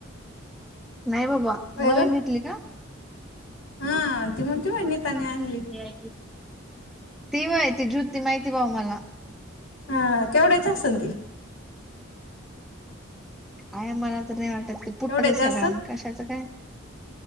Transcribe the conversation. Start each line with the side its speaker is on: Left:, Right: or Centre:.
Centre: नाय बाबा,
Left: होय
Centre: नवीन
Left: ग
Centre: घेतली का?
Left: हा, ती नव्हती व्हय नितानी आणली.
Centre: <unintelligible> ती व्हयं, ती जुती माहिती भाऊ मला.
Left: हं, केवढ्याची असेल ती?
Centre: आय मला तर नाही वाटत ते
Left: केवढ्याची
Centre: पुठ्ठाचं हे सगळा
Left: असन
Centre: कशाचं काय.